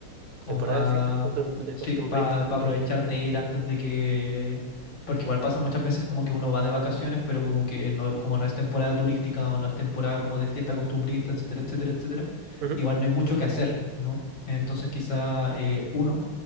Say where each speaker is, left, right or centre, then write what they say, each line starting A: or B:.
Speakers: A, on the left; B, on the right.
A: Como
B: Temporada
A: para
B: de fiestas contro- de
A: sí,
B: costumbrita.
A: para aprovechar
B: co-
A: de ir antes de que. Porque igual pasa muchas veces como que uno va de vacaciones, pero como que no, como no es temporada turística o no es temporada como de fiesta costumbrista, etcétera, etcétera, etcétera,
B: Ujú.
A: igual no hay mucho que hacer, ¿no? Entonces quizá eh, uno,